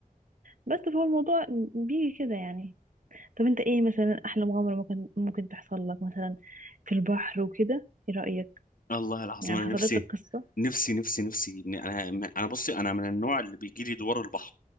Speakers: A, on the right (about 65°); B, on the left (about 70°).
A: بس فهو الموضوع بيجي كده يعني طب انت ايه مثلا احلى مغامرة ممكن ممكن تحصل لك مثلا في البحر وكده ايه رأيك
B: والله العظيم
A: يعني
B: انا
A: حصلت
B: نفسي
A: لك قصة
B: نفسي نفسي نفسي إن انا انا بصي انا من النوع اللي بيجي لي دوار البحر